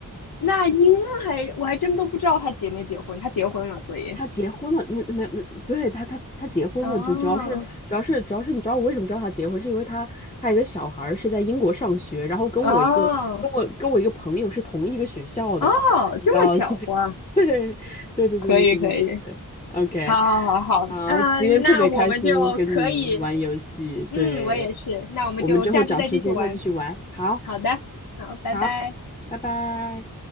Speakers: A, on the left; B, on the left.
A: 那英还我还真都不知道她结没结婚，她结婚了，所以
B: 他结婚了，那没没，对他他他结婚了，
A: 哦
B: 就主要是主要是主要是你知道我为什么知道他结婚，是因为他他一个小孩儿是在英国上学，然后跟我一个跟我跟我一个朋友是同一个学校的，
A: 哦哦，
B: 你知道，
A: 这么巧哇！
B: 所以 <laughs> 对对对对对对对对对，OK，
A: 可以可以，好好好好，
B: 好，
A: 啊，
B: 今天特别开心跟你玩游戏，
A: 那我们就可以，嗯，
B: 对，
A: 我也是，那我们就下次再继续玩，
B: 我们之后找时间再继续玩，好，
A: 好的，好，拜拜。
B: 好，拜拜。